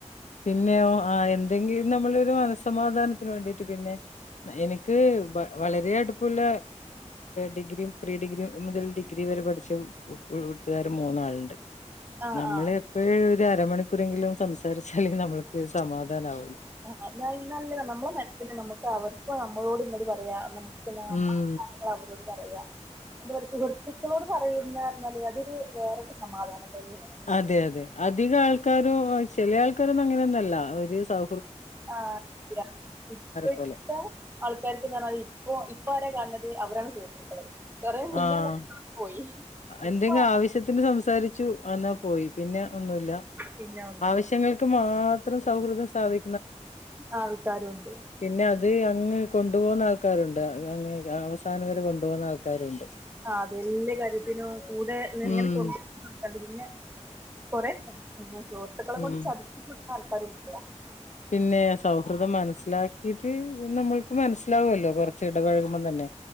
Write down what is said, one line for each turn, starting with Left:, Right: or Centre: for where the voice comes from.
Left: പിന്നെയോ ആ എന്തെങ്കിലും നമ്മളൊരു മനസ്സ് സമാധാനത്തിന് വേണ്ടിട്ട് പിന്നെ എനിക്ക് ബൺ വളരെ അടുപ്പുള്ള ഡിഗ്രിയും പ്രീ ഡിഗ്രിയും മുതൽ ഡിഗ്രി വരെ പഠിച്ച ഇപ്പം ഇവിടുത്തുകാര് മൂന്നാളിണ്ട്
Right: ആഹ്
Left: നമ്മളെ
Right: ആഹ്
Left: എപ്പഴ് ഒര് അരമണിക്കൂറെങ്കിലും സംസാരി ഇതല്ലങ്കി നമ്മൾക്ക് സമാധാനം ധനാവോ
Right: ആ അതാ ഇന്നലോ നമ്മടെ മനസ്സിന് നമുക്ക് അവർക്ക് നമ്മളോട് ഇന്നത് പറയാ നമുക്ക് നമ്മ
Left: ഉം
Right: കാരൃങ്ങൾ അവരോട് പറയ്യ എന്ത് പഠിച്ച് സുഹൃത്തുക്കളോട് പറയുന്ന മരൃതൊരു വേറൊരു സമാധാനം തന്നെയാണ്
Left: അതെ അതെ അധിക ആൾക്കാരും ആയി ചില ആൾക്കാരൊന്നും അങ്ങനെ ഒന്നു അല്ല ഒരു സൗ
Right: ആ ഇല്ല ഇപ്പഴ്ത്തെ
Left: പോലെ
Right: ആൾക്കാർക്ക് ഇങ്ങനായി ഇപ്പൊ ഇപ്പാരെ കാണ്ന്നത് അത് അവരാണ് സുഹൃത്തുക്കള് കൊറേ നില്ലല്ല
Left: ആഹ്
Right: പോയി ഇപ്പൊ
Left: എന്തെങ്കിലും
Right: ആരാ?
Left: ആവശ്യത്തിന് സംസാരിച്ചു അന്നാ പോയി പിന്നെ ഒന്നുമില്ല
Right: പിന്നെ ഒന്നുമില്ല
Left: ആവശ്യങ്ങൾക്ക് മാത്ര ഇത്തരം സൗഹൃദം സ്ഥാപി
Right: ആൾക്കാരുണ്ട്
Left: പിന്നെ അത് അങ്ങ് കൊണ്ടുപോകുന്ന ആൾക്കാരുണ്ട് അങ്ങ് ആ അവസ് സാനവരെ കൊണ്ടുപോകുന്ന ആൾക്കാരുമുണ്ട്
Right: ആ അതെല്ലാ കാര്യ കൂടെന്നങ്ങനെ
Left: ഉം
Right: കൊണ്ട് <unintelligible> പിന്നെ കൊറെ <unintelligible> സുഹൃത്തുക്കളെ
Left: ഉം
Right: കൊണ്ട് ചതി <unintelligible> ആൾക്കാരുണ്ട്
Left: പിന്നെ സൗഹൃദം മനസ്സിലാക്കിട്ട് നമ്മൾക്ക് മനസ്സിലാവല്ലോ കുറച്ച് ഇടപഴകുമ്പം തന്നെ